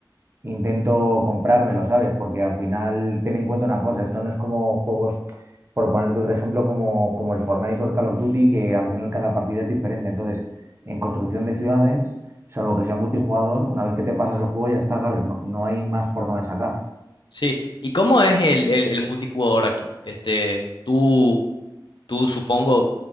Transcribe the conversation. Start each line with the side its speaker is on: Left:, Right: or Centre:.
Right: intento comprármelo, ¿sabes? Porque al final ten en cuenta una cosa, esto no es como juegos, por ponerte otro ejemplo, como, como el Fortnite o el Call of Duty, que al final cada partida es diferente. Entonces, en construcción de ciudades, salvo que sea multijugador, una vez que te pasas el juego ya está, ¿sabes? No, no hay más por dónde sacar.
Left: Sí. ¿Y cómo es el, el, el multijugador aquí? Este, tú. Tú supongo,